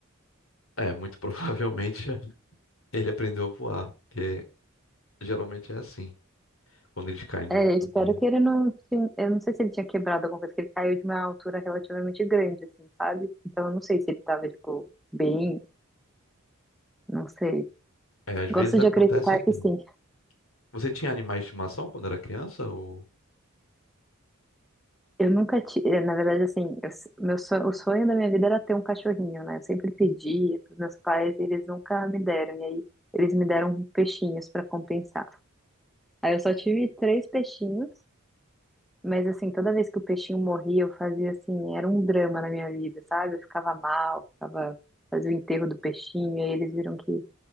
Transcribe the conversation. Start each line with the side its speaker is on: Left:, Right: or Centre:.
Left: É, muito provavelmente <laughs> ele aprendeu a voar, porque geralmente é assim, quando eles caem do
Centre: É, eu
Left: do
Centre: espero
Left: ninho.
Centre: que ele não. tin- Eu não sei se ele tinha quebrado alguma coisa, que ele caiu de uma altura relativamente grande, assim, sabe? Então eu não sei se ele tava, tipo, bem, não sei.
Left: É, às vezes
Centre: Gosto
Left: acontece
Centre: de acreditar
Left: aqui.
Centre: que sim.
Left: Você tinha animais de estimação quando era criança? Ou...
Centre: Eu nunca tive, na verdade, assim, eu s- meu sonho, o sonho da minha vida era ter um cachorrinho, né? Eu sempre pedia pros meus pais e eles nunca me deram. E aí eles me deram peixinhos para compensar. Aí eu só tive três peixinhos, mas assim, toda vez que o peixinho morria, eu fazia assim, era um drama na minha vida, sabe? Eu ficava mal, ficava, fazia o enterro do peixinho, e aí eles viram que